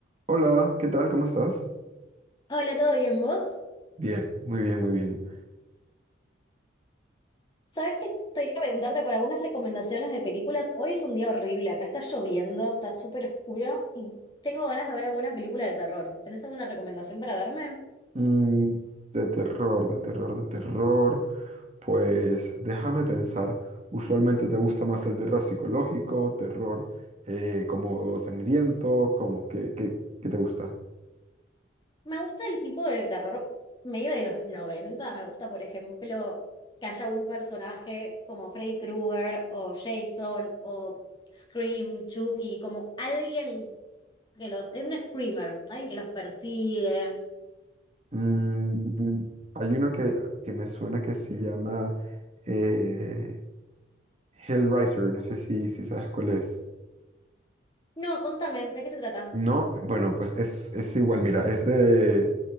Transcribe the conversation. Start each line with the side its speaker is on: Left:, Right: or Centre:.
Right: Hola, ¿qué tal? ¿Cómo estás?
Left: Hola, ¿todo bien vos?
Right: Bien, muy bien, muy bien.
Left: ¿Sabés que te iba a preguntarte por algunas recomendaciones de películas? Hoy es un día horrible, acá está lloviendo, está súper oscuro y tengo ganas de ver alguna película de terror. ¿Tenés alguna recomendación para darme?
Right: Mm, de terror, de terror, de terror. Pues déjame pensar. Usualmente te gusta más el terror psicológico, terror eh, como sangriento, como ¿Qué, qué, qué te gusta?
Left: Me gusta el tipo de terror medio de los 90. me gusta, por ejemplo, que haya un personaje como Freddy Krueger o Jason o Scream, Chucky, como alguien que los... Es un screamer, alguien que los persigue.
Right: Mm, mm, mm. hay uno que, que me suena que se llama eh, Hellraiser. No sé si, si sabes cuál es.
Left: No, contame, ¿de qué se trata?
Right: No, bueno, pues es, es igual, mira, es de,